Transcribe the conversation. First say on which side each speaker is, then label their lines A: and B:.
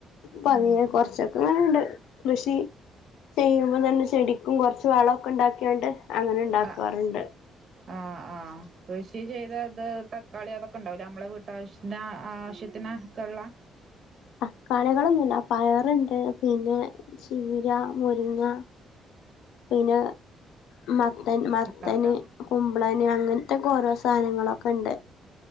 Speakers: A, on the left; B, on the right.
A: പർഞ്ഞീലെ
B: ഉം
A: കൊറച്ചൊക്കെങ്ങനെണ്ട് കൃഷി ചെയ്യുമ്പോ തന്നെ ചെടിക്കും കൊറച്ച് വളക്കെ ഉണ്ടാക്കിയാണ്ട് അങ്ങനെണ്ടാക്കാറുണ്ട്
B: ആ ആഹ് ആഹ് കൃഷി ചെയ്ത ത് തക്കാളി അതൊക്കെ ണ്ടാവ് ലെ നമ്മുടെ വീട്ടാവശ്യത്തിനാ ആവശ്യത്തിനക്കെ ള്ള
A: തക്കാളികളൊന്നുല്ല പയറുണ്ട് പിന്നെ ചീര മുരിങ്ങ പിന്നെ മത്തൻ മത്തന്
B: ഉണ്ടാവൂലേ
A: കുമ്പളന് അങ്ങൻത്തെക്കെ ഓരോ സാധനങ്ങളൊക്കെണ്ട്